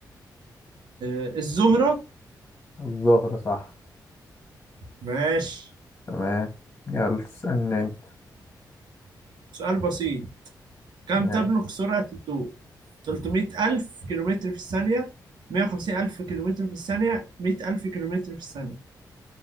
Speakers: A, on the right; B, on the left.
A: آه، الزهرة
B: الزهرة صح
A: ماشي
B: تمام يلا اسألني انت
A: سؤال بسيط كم
B: ماشي
A: تبلغ سرعة الضوء 300 ألف كيلومتر في الثانية 150 ألف كيلومتر في الثانية 100 ألف كيلومتر في الثانية